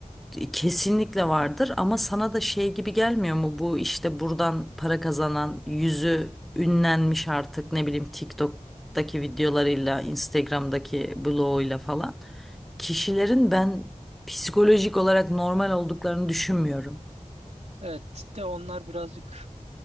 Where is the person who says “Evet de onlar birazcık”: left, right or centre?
Right